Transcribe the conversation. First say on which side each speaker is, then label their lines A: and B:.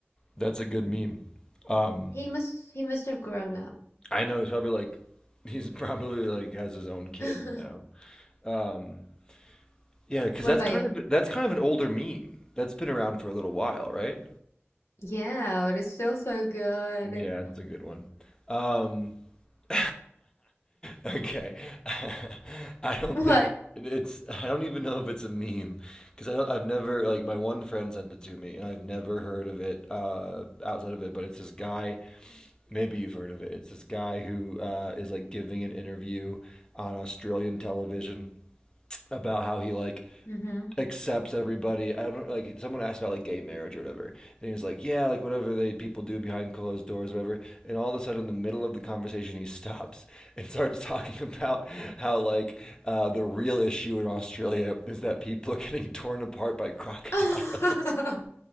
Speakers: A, on the left (about 15°); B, on the left (about 70°).
A: That's a good meme. Um,
B: He must he must have grown up.
A: I know he's probably like, he's <laughs> probably like has his own kids
B: <laughs>
A: now. Um, yeah, because
B: What
A: that's
B: about
A: kind
B: you?
A: of that's kind of an older meme. That's been around for a little while, right?
B: Yeah, but it's still so good.
A: Yeah, it's a good one. Um, <laughs> Okay. <laughs> I don't
B: What?
A: think it's I don't even know if it's a meme because I don't, I've never like my one friend sent it to me and I've never heard of it uh outside of it but it's this guy maybe you've heard of it it's this guy who uh is like giving an interview on Australian television about how he like
B: Mm-hmm.
A: accepts everybody. I don't like someone asked about like gay marriage or whatever, and he was like, yeah, like whatever they people do behind closed doors, or whatever. And all of a sudden, in the middle of the conversation, he stops and <laughs> starts talking about how like uh, the real issue in Australia is that people are getting torn apart by crocodiles.
B: <laughs> I
A: <laughs>